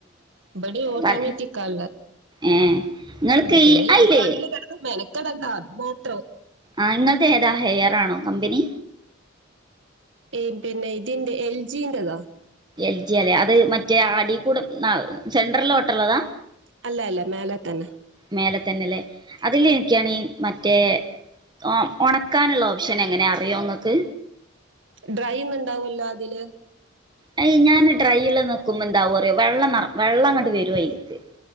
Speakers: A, on the right; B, on the right.
A: ബടി ഓട്ടോമെറ്റിക്കാള്ളെ
B: പല ഏഹ് നിങ്ങൾക്ക്
A: പിന്നെ
B: ഈ
A: ഞമ്മള്
B: അയില്ലേ
A: അതില് കിടന്ന് മെനക്കടണ്ടാ അത് മാത്രം
B: ആഹ് ങ്ങളത് ഏതാ ഹെയറാണോ കമ്പനി
A: ഏഹ് പിന്നെ ഇതിന്റെ എൽ ജിന്റെ താ
B: എൽ ജി അല്ലെ അത് മറ്റേ അടിക്കൂടെ ആ സെൻട്രലോട്ട്ള്ളതാ
A: അല്ല അല്ല മേലെ തന്നെ
B: മേലെ തന്നെല്ലേ അതില് എനിക്കാണേൽ മറ്റേ ഉണ ഉണക്കാനുള്ള ഓപ്ഷൻ എങ്ങനെയാ അറിയോ നിങ്ങൾക്ക്
A: ഡ്രൈ യുന്ന്ണ്ടാവുല്ലോ അതില്
B: അയ് ഞാന് ഡ്രൈഉള്ളത് നോക്കുമ്പോ എന്താവും അറിയോ വെള്ളംനിറ വെള്ളം അങ്ങോട്ട് വരും അയ്ല്ക്ക്